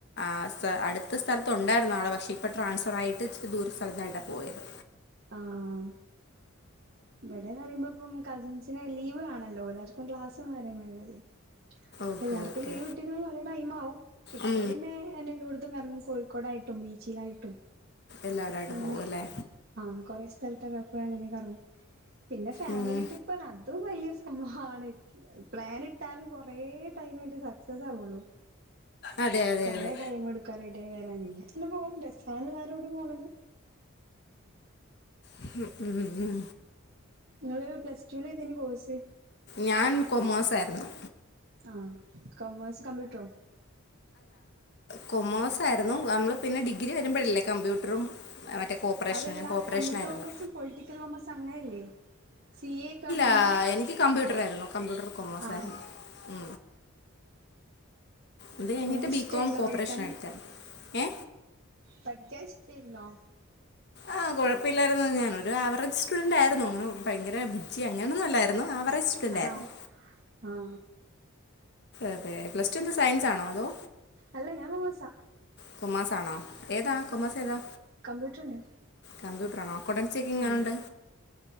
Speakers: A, on the left; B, on the right.
A: ആ അടുത്ത സ്ഥലത്തുണ്ടായിരുന്നു ആള്, പക്ഷെ ഇപ്പൊ ട്രാൻസ്ഫർ ആയിട്ട് ച്ചിരിദൂര സ്ഥലത്തായിട്ടാ പോയത്
B: ആഹ് ഇവിടെന്ന് പറുമ്പോ ഇപ്പം കസിൻസിനെ ലീവ് ആണല്ലോ എല്ലാർക്കും ക്ലാസും കാര്യങ്ങളല്ലെ.
A: ഓക്കെ
B: എല്ലാർക്കും
A: ഓക്കെ
B: ലീവ് ഇട്ടിരുമ്പോ പല ടൈം ആവും. കിട്ടിയാ
A: ഉം
B: പിന്നെ എന്നെ എല്ലോട്ത്തും കറങ്ങും. കോഴിക്കോട് ടായിട്ടും ബീച്ചിലായിട്ടും
A: എല്ലാവരുമായിട്ട്
B: അങ്ങനെ
A: പോകും അല്ലേ
B: ആ കൊറെ സ് അങ്ങനെ കറങ്ങും. പിന്നെ ഫാമിലി
A: ഉം
B: ട്രിപ്പ്റഞ്ഞാൽ അത് വല്യ സം മാണ്. പ്ലാൻ ഇട്ടാലും കുറേ ടൈം കഴിഞ്ഞിട്ടേ സക്സസ് ആവുള്ളു
A: അതെ അതെ
B: കുറേ
A: അതെ
B: ടൈം എടുക്കും റെഡിയായി വരാന്, എന്നെ പോവും രസാണ് എല്ലാരോടി പോണത് <inaudible>
A: ഉം ഉ ഉം
B: ങ്ങള് പ്ലസ്ടുലേതേനി കോഴ്സ്?
A: ഞാൻ കൊമേഴ്സ് ആയിരുന്നു.
B: ആ കൊമേഴ്സ് കമ്പ്യൂട്ടറും
A: കോമേഴ്സ് ആയിരുന്നു. നമ്മള് പിന്നെ ഡിഗ്രി വരുമ്പോഴല്ലേ കമ്പ്യൂട്ടറും മറ്റേ കോപ്പറേഷനും
B: അതല്ല
A: ഞാൻ കോപ്പറേഷനായിരുന്നു
B: കമ്പ്യൂട്ടർ കൊമേഴ്സും പൊളിറ്റിക്കൽ കൊമേഴ്സും അങ്ങനെയല്ലേ സി എ വന്നാണ്ട്
A: ആ എനിക്ക് കമ്പ്യൂട്ടർ ആയിരുന്നു. കമ്പ്യൂട്ടർ കൊമേഴ്സ്
B: ആ
A: ആയിരുന്നു. ഉ അത് കഴിഞ്ഞിട്ട്
B: എങ്ങനെ ഇഷ്ടായിരുന്നോ
A: ബികോം കോപ്പറേഷൻ
B: പഠിക്കാൻ
A: എടുത്ത ഏ
B: പഠിക്കാൻ ഇഷ്ടായിരുന്നോ?
A: ആഹ കുഴപ്പമില്ലായിരുന്നു ഞാനൊരു ആ അവറേജ് സ്റ്റുഡന്റ് ആയിരുന്നു അ ഭയങ്കര ബുജി അങ്ങനൊന്നല്ലായിരുന്നു ആവറേജ് സ്റ്റുഡൻറ്
B: ആഹാ
A: ആയിരുന്നു.
B: ആ
A: അതെ പ്ലസ് ടു എന്താ സയൻസ് ആണോ? ഹലോ
B: അല്ല ഞാൻ കൊമേഴ്സ
A: കൊമേഴ്സ് ആണോ ഏതാ കോമേഴ്സ് ഏതാ
B: കമ്പ്യൂട്ടറുണ്ട്
A: കമ്പ്യൂട്ടറാണോ അക്കൗണ്ടൻസി ഒക്കെ എങ്ങനുണ്ട്?
B: ആ